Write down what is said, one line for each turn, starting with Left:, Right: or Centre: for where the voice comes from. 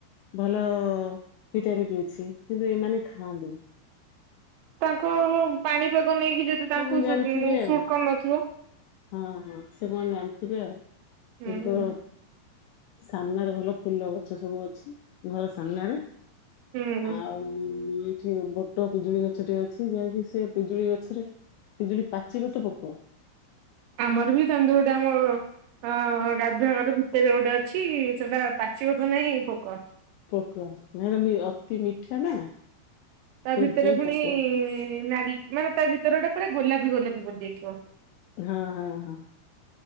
Left: ଭଲ ପିଟାପିଟି ଅଛି କିନ୍ତୁ ଏମାନେ ଖାଆନ୍ତିନି।
Right: ତାଙ୍କର ପାଣିପାଗ ନେଇକି ଯଦି ତାଙ୍କୁ
Left: କଣ ଜାଣିଥିବେ
Right: ସୁବ
Left: ଆଉ
Right: ସୁଟ୍ କରୁନଥିବ।
Left: ହଁ ହଁ ସେ କଣ ଜାଣିଥିବେ ଆଉ
Right: ହୁଁ।
Left: ଏଠି ତ ସାମ୍ନାରେ ଭଲ ଫୁଲ ଗଛ ସବୁ ଅଛି। ଘର ସାମ୍ନାରେ
Right: ହୁଁ
Left: ଆଉ ଏ ଠି ବଟ ପିଜୁଳି ଗଛଟେ ଅଛି ଯାହାକି ସେ ପିଜୁଳି ଗଛରେ ପିଜୁଳି ପାଚିବ ତ ପୋକ।
Right: ଆମର ବି ତନ୍ଦୁରଡାମ ଅଁ ଗାଧୁଆ ଘର ଭିତରେ ଗୋଟେ ଅଛି ସେଟା ପାଚିବ ତ ନାଇଁ ପୋକ।
Left: ପୋକ ହେରାବି ଅତି ମିଠା ନା।
Right: ତା
Left: ସେଇଥିପାଇଁ
Right: ଭିତରେ ପୁଣି
Left: ପୋକ
Right: ନାଲି ମାନେ ତା ଭିତରେ ଗୋଟେ ପୁରା ଗୋଲାପି ଗୋଲାପୀ ପଡିଯାଇଥିବ।
Left: ହଁ ହଁ ହଁ